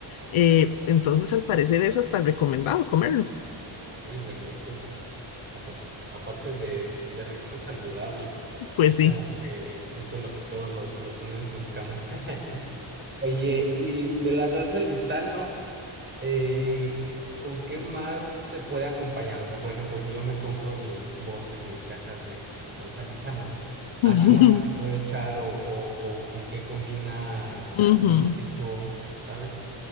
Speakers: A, on the left; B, on the right.
A: Eh, entonces, al parecer es hasta recomendado comerlo.
B: Uy, buenísimo. Apar- Aparte de, de rico, saludable.
A: Pues
B: Es
A: sí.
B: como que justo lo que todos los glotones buscamos. <laughs> Oye, y de la salsa Lizano, eh, ¿con qué más se puede acompañar? O sea, por ejemplo, si yo me compro mis botes, mis cajas de, de salsa Lizano, ¿a
A: <laughs>
B: qué más se le puede echar o, o, o con qué combina
A: Ujú,
B: así rico? ¿Sabes?